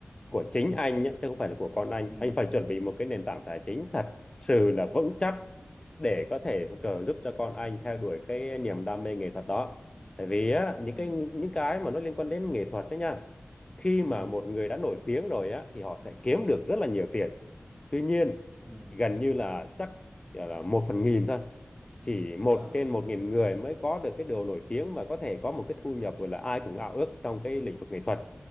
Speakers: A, on the left (about 20°); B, in the centre.
A: Của chính anh nhé, chứ không phải là của con anh.
B: ừ
A: Anh phải chuẩn bị một cái nền tảng tài chính thật sự là vững chắc để có thể trợ giúp cho con anh theo đuổi cái niềm đam mê nghệ thuật đó. Tại vì á, những
B: ừ
A: cái những cái mà nó liên quan đến nghệ thuật đó nha. Khi mà
B: ừ
A: một người đã nổi tiếng rồi á thì họ sẽ kiếm được rất là nhiều tiền. Tuy nhiên,
B: ừ
A: gần như là chắc là một phần nghìn thôi chỉ một
B: ờ
A: trên một nghìn người mới có được cái điều nổi tiếng và có thể có một cái thu nhập gọi là ai cũng ao ước trong cái lĩnh vực nghệ thuật